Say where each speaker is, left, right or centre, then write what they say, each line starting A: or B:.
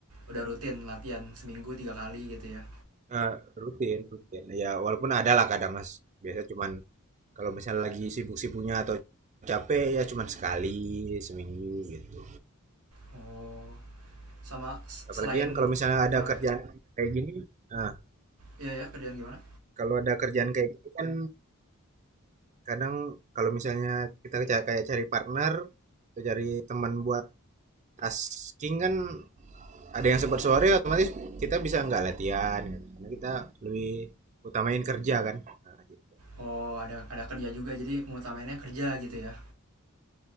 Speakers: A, on the right (about 80°); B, on the right (about 35°).
A: udah rutin latihan seminggu tiga kali gitu ya.
B: Eh, rutin rutin. Ya walaupun ada lah kadang mas. Biasa cuman kalau misalnya lagi sibuk-sibuknya atau capek ya cuman sekali seminggu gitu
A: Oh, sama s- selain
B: apalagi kan kalau misalnya ada
A: oh
B: kerjaan
A: ya,
B: kayak gini nah
A: iya ya kerjaan gimana?
B: kalau ada kerjaan kayak gini kan kadang kalau misalnya kita ca- kayak cari partner atau cari teman buat tasking kan ada yang sempat sore otomatis kita bisa nggak latihan gitu. karena kita lebih utamain kerja kan Nah, gitu.
A: Oh ada ada kerja juga, jadi mengutamainnya kerja gitu ya.